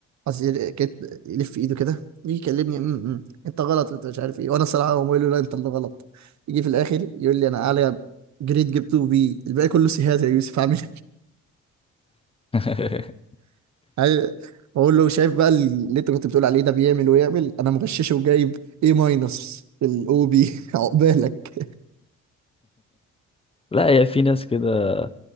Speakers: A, on the right; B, on the left.
A: عايز يل- كت- يلف ايده كده يجي يكلمني "أم، أم، انت غلط انت مش عارف ايه وانا الصراحه هو بقول له لا انت اللي غلط يجي في الاخر يقول لي انا اعلى جريد جبته بي الباقي كله سيهات يا يوسف عامل
B: <laughs>
A: إيه؟ <laughs> اقول له شايف بقى اللي انت كنت بتقول عليه ده بيعمل ويعمل انا مغششه وجايب ايه ماينس في الاو بي <laughs> عقبالك
B: لا هي في ناس كده